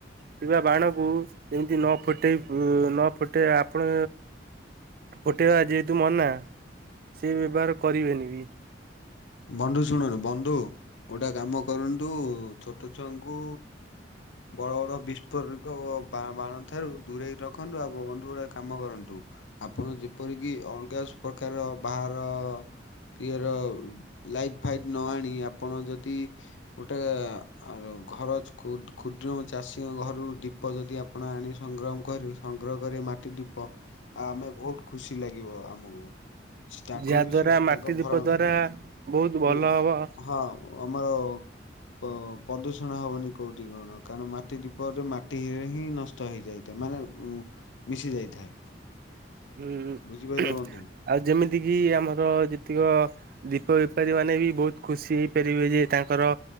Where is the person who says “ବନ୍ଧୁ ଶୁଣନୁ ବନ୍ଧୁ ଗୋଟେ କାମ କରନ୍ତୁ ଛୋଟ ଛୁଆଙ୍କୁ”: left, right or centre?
Left